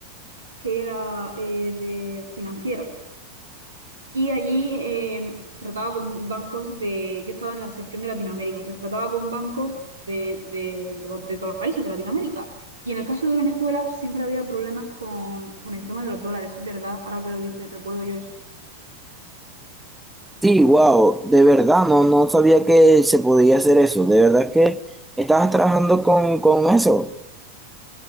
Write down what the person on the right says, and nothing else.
que era eh, de financiera y allí eh, trataba con bancos de, yo estaba en la sección de Latinoamérica, entonces trataba con bancos de, de, to- de todos los países de Latinoamérica y en el caso de Venezuela siempre había problemas con, con el tema de los dólares, es verdad, ahora que lo dices, recuerdo yo